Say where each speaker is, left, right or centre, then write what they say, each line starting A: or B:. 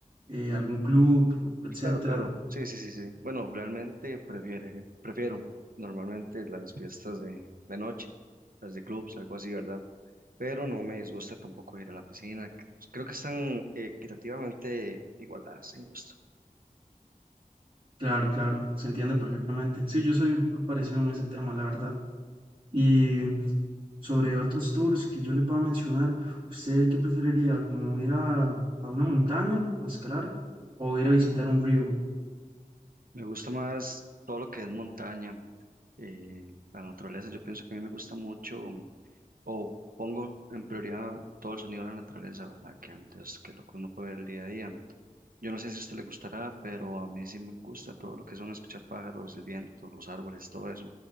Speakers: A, on the right; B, on the right.
A: eh, algún club, etcétera.
B: Claro, claro. Sí, sí, sí, sí. Bueno, realmente prefiere, prefiero normalmente las fiestas de, de noche, las de clubs, algo así, ¿verdad? Pero no me disgusta tampoco ir a la piscina. Creo que están equitativamente igualadas en gusto.
A: Claro, claro, se entiende perfectamente. Sí, yo soy muy parecido en ese tema, la verdad. Y sobre otros tours que yo le pueda mencionar, ¿usted qué preferiría? ¿Como ir a, a una montaña a escalar o ir a visitar un río?
B: Me gusta más todo lo que es montaña, eh, la naturaleza. Yo pienso que a mí me gusta mucho, mm, o pongo en prioridad todo el sonido de la naturaleza, ¿verdad? Que antes que lo que uno puede ver el día a día. Yo no sé si a usted le gustará, pero a mí sí me gusta todo lo que son escuchar pájaros, el viento, los árboles, todo eso.